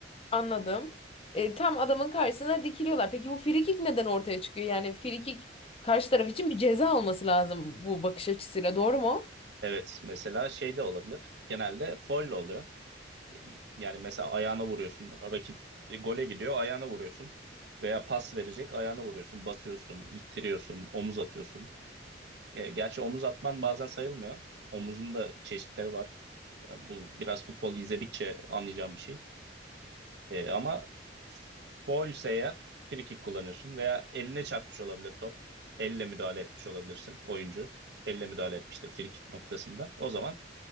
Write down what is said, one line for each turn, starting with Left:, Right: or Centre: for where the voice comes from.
Left: Anladım. E, tam adamın karşısına dikiliyorlar. Peki bu frikik neden ortaya çıkıyor? Yani frikik karşı taraf için bir ceza olması lazım bu bakış açısıyla. Doğru mu?
Right: Evet. Mesela şey de olabilir. Genelde foul oluyor. Yani mesela ayağına vuruyorsun. Rakip e, gole gidiyor, ayağına vuruyorsun. Veya pas verecek, ayağına vuruyorsun. Basıyorsun, ittiriyorsun, omuz atıyorsun. E, gerçi omuz atman bazen sayılmıyor. Omuzun da çeşitleri var. Ya bu biraz futbol izledikçe anlayacağım bir şey. E, ama faul ise eğer free kick kullanıyorsun veya eline çarpmış olabilir top. Elle müdahale etmiş olabilirsin oyuncu. Elle müdahale etmiştir free kick noktasında. O zaman